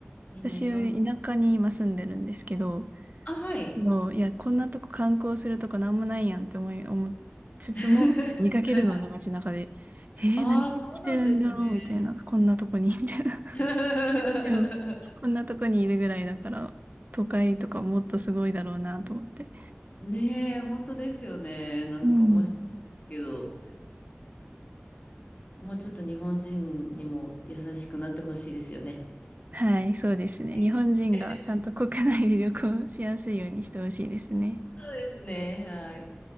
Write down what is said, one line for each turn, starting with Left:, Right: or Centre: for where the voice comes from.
Left: みんないろんな。
Right: 私、田舎に今住んでるんですけど、
Left: あ、はい。
Right: もういや、こんなとこ観光するとこなんもないやんって思い、思いつつも、
Left: <laughs>
Right: 見かけるので、街中で。えー、
Left: ああ、
Right: 何来てるんだろうみたいな。
Left: そうなんですね。
Right: こんなとこに、みたいな。
Left: <laughs>
Right: でも、こんなとこにいるぐらいだから、都会とかもっとすごいだろうなと思って。
Left: ねえ、本当ですよね。なんか面白いですけど、
Right: うん。
Left: もうちょっと日本人にも優しくなってほしいですよね。
Right: はい、そうですね。
Left: はい
Right: 日本人がちゃんと国内で旅行しやすいようにしてほしいですね。
Left: <laughs> そうですね。はい。